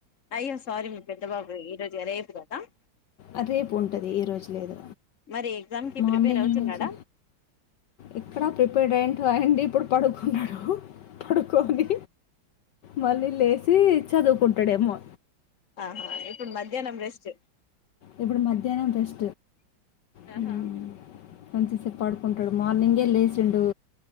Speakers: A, on the left (about 40°); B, on the left (about 65°).
A: అయ్యా సారీ మీ పెద్ద బాబు ఈ రోజు రేపు గా అ
B: అ రేపు ఉంటది ఈ రోజు లేదు,
A: మరి ఎగ్జామ్ కి
B: మార్నింగ్
A: ప్రిపేర్ అవుతున్నాడా
B: నుంచి ఎక్కడ ప్రిపేర్డ్ అయింటో అండి ఇప్పుడు. పడుకున్నాడ పడుకొని మళ్ళీ లేసి చదువుకుంటడేమో.
A: ఆహా ప్పుడు మధ్యానం రెస్ట్
B: ఇప్పుడు మధ్యాహ్నం జస్
A: ఆహా
B: హ్మ్మ్ మంచి సేప్ పడుకుంటాడు మార్నింగే లేసిండు